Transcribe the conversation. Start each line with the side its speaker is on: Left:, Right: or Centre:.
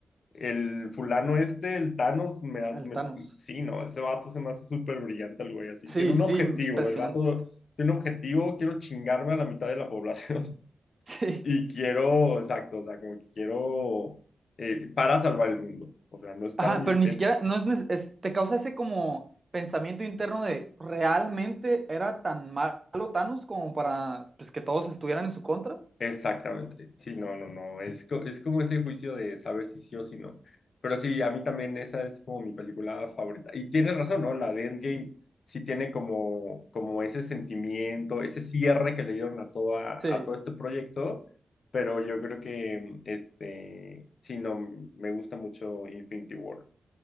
Left: el fulano este, el Thanos, me, ha-
Right: el
Left: me-
Right: Thanos.
Left: sí, no, ese vato se me hace súper brillante el güey así.
Right: Sí,
Left: Tiene un
Right: sí,
Left: objetivo,
Right: impresionante.
Left: el vato tiene un objetivo, quiero chingarme a la mitad de la población.
Right: <laughs>
Left: Y quiero, exacto, o sea, como que quiero eh, para salvar el mundo. O sea, no es para
Right: Ajá,
Left: mí,
Right: pero ni
Left: en-
Right: siquiera, no es, neces- es- te causa ese como pensamiento interno de realmente era tan malo Thanos como para pues, que todos estuvieran en su contra.
Left: exactamente. Sí, no, no, no. Es, co- es como ese juicio de saber si sí o si no. Pero sí, a mí también esa es como mi película favorita. Y tienes razón, ¿no? La de Endgame sí tiene como, como ese sentimiento, ese cierre que le dieron a, toda,
Right: Sí,
Left: a todo este proyecto. Pero yo creo que, este, sí, no, me gusta mucho Infinity War.